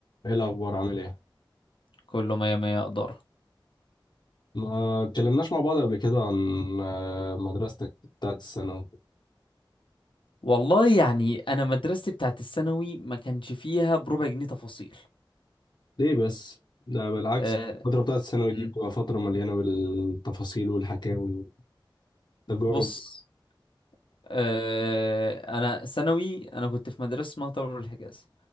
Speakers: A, on the left; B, on the left.
A: ايه الاخبار عامل ايه
B: كله مية مية إدارة
A: ما اتكلمناش مع بعض قبل كده عن آه، مدرستك بتاعت الثانوي
B: والله يعني أنا مدرستي بتاعت الثانوي ما كانش فيها بربع جنيه تفاصيل
A: ليه بس ده بالعكس
B: أه
A: الفتره بتاعت الثانوي
B: مم.
A: دي بتبقى فتره مليانه بالتفاصيل والحكاوي والتجارب
B: بص أه أنا ثانوي أنا كنت في مدرسة اسمها طلبة الحجاز